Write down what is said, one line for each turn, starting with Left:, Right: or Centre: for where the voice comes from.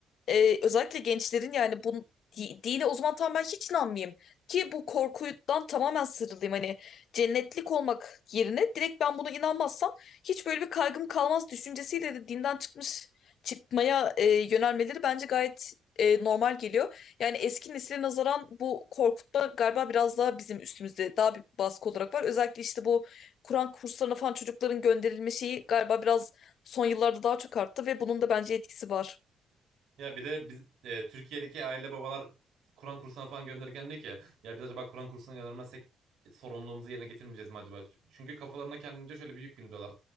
Left: ee, özellikle gençlerin yani bu di- dine o zaman tam ben hiç inanmayayım. Ki bu korkudan tamamen sıyrılayım. Hani cennetlik olmak yerine direkt ben buna inanmazsam hiç böyle bir kaygım kalmaz düşüncesiyle de dinden çıkmış çıkmaya e, yönelmeleri bence gayet e, normal geliyor. Yani eski nesile nazaran bu korkutma galiba biraz daha bizim üstümüzde daha bir baskı olarak var. Özellikle işte bu Kur'an kurslarına falan çocukların gönderilme şeyi galiba biraz son yıllarda daha çok arttı ve bunun da bence etkisi var.
Right: Ya bir de biz, e, Türkiye'deki aile babalar Kur'an kursuna falan gönderirken diyor ki ya biz acaba Kur'an kursuna göndermezsek sorumluluğumuzu yerine getirmeyeceğiz mi acaba? Çünkü kafalarına kendince şöyle bir yük bindiriyorlar.